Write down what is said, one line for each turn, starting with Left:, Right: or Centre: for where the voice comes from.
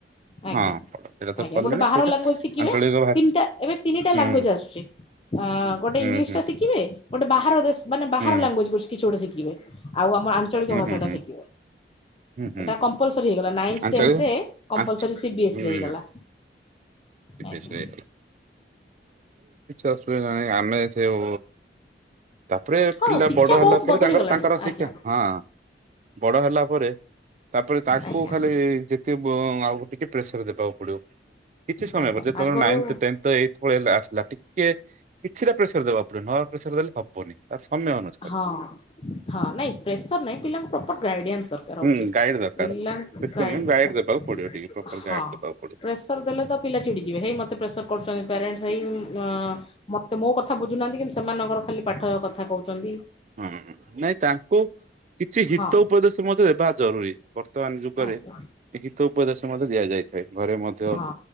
Left: ଆଜ୍ଞା
Right: ହଁ ସେଇଟା ତ
Left: ଆଜ୍ଞା
Right: କଲେଣି
Left: ଗୋଟେ ବାହାର
Right: ସେଇଟା
Left: ଲାଙ୍ଗୁଏଜ୍ ଶି
Right: ଆଞ୍ଚଳିକ ଭାଷା
Left: ତିନିଟା ଏବେ ତିନିଟା
Right: ହୁଁ
Left: ଲାଙ୍ଗୁଏଜ୍ ଆସୁଚି। ଅ ଗୋଟେ
Right: ହୁଁ
Left: ଇଂଲିଶ
Right: ହୁଁ
Left: ଟା ଶିଖିବେ ଗୋଟେ ବାହାର ଦେଶ ମାନେ ବାହାର
Right: ହୁଁ
Left: ଲାଙ୍ଗୁଏଜ୍ କିଛି ଗୋଟେ ଶିଖିବେ। ଆଉ ଆମ ଆଞ୍ଚଳିକ
Right: ହୁଁ
Left: ଭାଷାଟା
Right: ହୁଁ ହୁଁ
Left: ଶିଖିବେ
Right: ହୁଁ ହୁଁ
Left: ଏଇଟା କମ୍ପଲସରି ହେଇଗଲା ନାଇଥି,
Right: ଆଞ୍ଚଳିକ
Left: ଟେନଥ ରେ କମ୍ପଲସରି
Right: ଆଞ୍ଚ
Left: ସି ବିଏସ୍
Right: ହୁଁ
Left: ରେ ହେଇଗଲା।
Right: କିଛି
Left: ଆଜ୍ଞା
Right: ଅସୁବିଧା ନାହିଁ ଆମେ ସେଉ ତାପରେ
Left: ହଁ
Right: ପିଲା
Left: ଶିକ୍ଷା
Right: ବଡ ହେଲା
Left: ବହୁତ
Right: ପରେ
Left: ବଦଳି
Right: ତାଙ୍କର
Left: ଗଲାଣି
Right: ତାଙ୍କର
Left: ଆଜ୍ଞା
Right: ଶିକ୍ଷା ହଁ। ବଡ ହେଲା ପରେ ତାପରେ ତାଙ୍କୁ
Left: ଆଜ୍ଞା।
Right: ଖାଲି ଯେତିକ ଉଁ ଆଉ ଟିକେ ପ୍ରେସର ଦେବାକୁ ପଡିବ। କିଛି ସମୟ
Left: ଆଜ୍ଞା
Right: ପରେ ଯେ ତମର
Left: ଆଗରୁ
Right: ନାଇଥ୍ ଟେନଥ୍ ଏଇତ ପଳେଇ ଆସିଲା ଟିକେ କିଛିଟା ପ୍ରେସର ଦେବାକୁ ପଡିବ ନ ପ୍ରେସର ଦେଲେ ହବନି ତା ସମୟ ଅନୁସାରେ।
Left: ହଁ ହଁ ନାଇଁ ପ୍ରେସର ନାହିଁ ପିଲାଙ୍କୁ ପ୍ରପର୍ ଗାଇଡିଆନ୍ସ ଦରକାର। ହଉଛି।
Right: ହୁଁ ଗାଇଡ ଦରକାର
Left: ପିଲାଙ୍କୁ
Right: ସିସମେଡ
Left: ଦରକାର।
Right: ଗାଇଡ ଦବାକୁ ପଡିବ ଟିକେ। ପ୍ରପର
Left: ହଁ
Right: ଗାଇଡ ଦେବାକୁ ପଡିବ
Left: ପ୍ରେସର ଦେଲେ ତ ପିଲା ଚିଡିଯିବେ ହେଇ ମତେ ପ୍ରେସର କରୁଚନ୍ତି ପ୍ୟାରେଣ୍ଟସେ ହେଇ ଅ ମତେ ମୋ କଥା ବୁଝୁନାହାଁନ୍ତି କିନ୍ତୁ ସେମାନଙ୍କର ଖାଲି ପାଠ କଥା କହୁଚନ୍ତି।
Right: ହଁ ନାଇଁ ତାଙ୍କୁ କିଛି ହିତ
Left: ହଁ
Right: ଉପଦେଶ୍ ମଧ୍ୟ ଦେବା ଜରୁରୀ ବର୍ତ୍ତମାନ ଯୁଗରେ
Left: ଆଜ୍ଞା
Right: ହିତ ଉପଦେଶ ମଧ୍ୟ ଦିଆଯାଇଥାଏ ଘରେ ମଧ୍ୟ ଧ୍ୟ
Left: ହଁ